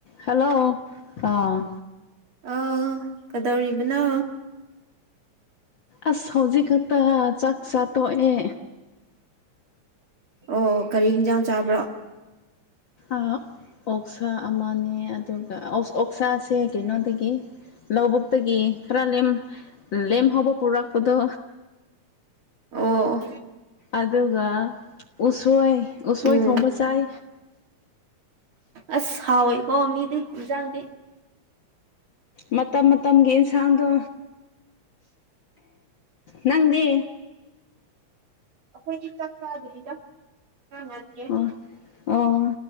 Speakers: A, on the left; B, on the right.
A: hello ꯑꯥ
B: ꯑꯥꯎ ꯀꯗꯧꯔꯤꯕꯅꯣ
A: ꯑꯁ ꯍꯧꯖꯤꯛ ꯈꯛꯇ ꯆꯥꯛ ꯆꯥ ꯇꯣꯛꯑꯦ
B: ꯑꯣ ꯀꯔꯤ ꯍꯤꯟꯖꯥꯡ ꯆꯥꯕ꯭ꯔꯣ
A: ꯑ ꯑꯣꯛꯁꯥ ꯑꯃꯅꯦ ꯑꯗꯨꯒ ꯑꯣꯛ ꯑꯣꯛꯁꯥꯁꯦ ꯀꯩꯅꯣꯗꯒꯤ ꯂꯧꯕꯨꯛꯇꯒꯤ ꯈꯔ ꯂꯦꯝ ꯂꯦꯝꯍꯧꯕ ꯄꯨꯔꯛꯄꯗꯣ
B: ꯑꯣ
A: ꯑꯗꯨꯒ ꯎꯁꯣꯏ ꯎꯁꯣꯏ
B: ꯎꯝ
A: ꯊꯣꯡꯕ ꯆꯥꯏ
B: ꯑꯁ ꯍꯥꯎꯋꯦ ꯀꯣ ꯃꯤꯗꯤ ꯏꯟꯖꯥꯡꯗꯤ
A: ꯃꯇꯝ ꯃꯇꯝꯒꯤ ꯏꯟꯁꯥꯡꯗꯣ ꯅꯪꯗꯤ
B: ꯑꯩꯈꯣꯏꯗꯤ ꯆꯥꯛ ꯆꯥꯗ꯭ꯔꯤꯗ <unintelligible>
A: ꯑꯣ ꯑꯣ